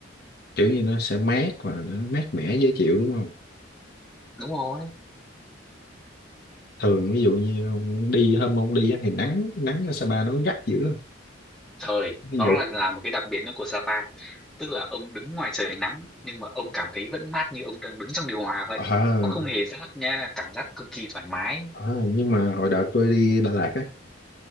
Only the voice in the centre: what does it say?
đúng rồi
trời
nó
lại là một cái đặc biệt nữa của Sapa tức là ông đứng ngoài trời nắng nhưng mà ông cảm thấy vẫn mát như ông đang đứng trong điều hòa vậy
nó không hề rát nha cảm giác cực kỳ thoải mái